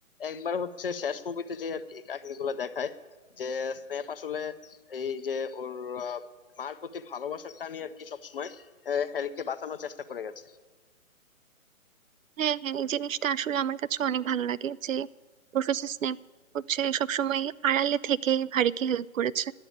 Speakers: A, on the left (about 45°); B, on the right (about 70°).
A: একবার হচ্ছে শেষ মুভিতে যে আর কি এই কাহিনীগুলো দেখায় যে স্ন্যাপ আসলে এই যে ওর আহ, মার প্রতি ভালোবাসার টানই আর কি সবসময় হ্যারিকে বাঁচানোর চেষ্টা করে গেছে।
B: হ্যাঁ হ্যাঁ এই জিনিসটা আসলে আমার কাছে অনেক ভালো লাগে যে প্রফেসর স্নেপ হচ্ছে সবসময় আড়ালে থেকে হারিকে হেল্প করেছে